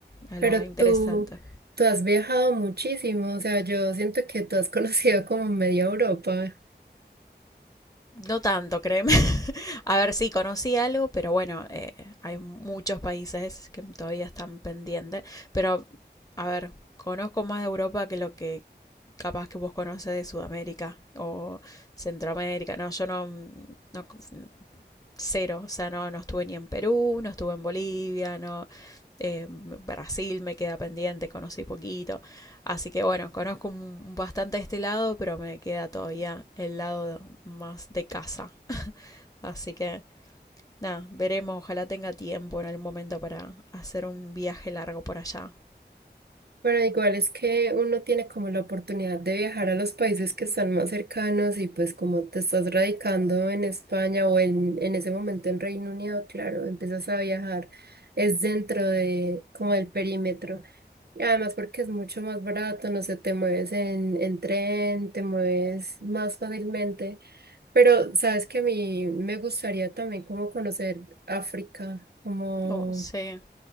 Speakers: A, on the left; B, on the right.
A: es
B: Pero
A: lo interesante.
B: tú, tú has viajado muchísimo, o sea, yo siento que tú has <laughs> conocido como media Europa.
A: No tanto, créeme. <laughs> A ver, sí, conocí algo, pero bueno, eh, hay muchos países que todavía están pendientes. Pero, a ver, conozco más de Europa que lo que capaz que vos conoces de Sudamérica o Centroamérica. No, yo no, no cero, o sea, no, no estuve ni en Perú, no estuve en Bolivia, no, eh, Brasil me queda pendiente, conocí poquito. Así que bueno, conozco un- bastante este lado, pero me queda todavía el lado más de casa. Así que nada, veremos, ojalá tenga tiempo en algún momento para hacer un viaje largo por allá.
B: Pero igual es que uno tiene como la oportunidad de viajar a los países que están más cercanos y pues como te estás radicando en España o en, en ese momento en Reino Unido, claro, empiezas a viajar, es dentro de como del perímetro. Y además porque es mucho más barato, no sé, te mueves en, en tren, te mueves más fácilmente. Pero sabes que a mí me gustaría también como conocer África, como...
A: Oh, sí,